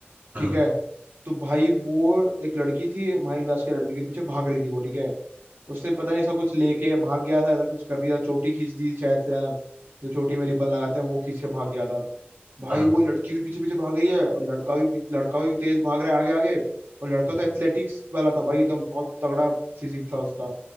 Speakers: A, on the right; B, on the right.
A: हाँ,
B: ठीक है तो भाई वो एक लड़की थी हमारी क्लास के लड़के के पीछे भाग रही थी वो ठीक है उसने पता नहीं ऐसा कुछ लेके या भाग गया था ऐसा कुछ कर दिया चोटी खींच दी शायद से हाँ, जो चोटी में रिबन लगाते हैं वो खींच के भाग गया था भाई
A: हाँ,
B: वो लड़की भी पीछे पीछे भाग रही है और लड़का भी पी- लड़का भी तेज भाग रहा है आगे आगे और लड़का
A: हाँ,
B: तो एथलेटिक्स वाला था भाई एकदम बहुत तगड़ा फिजिक था उसका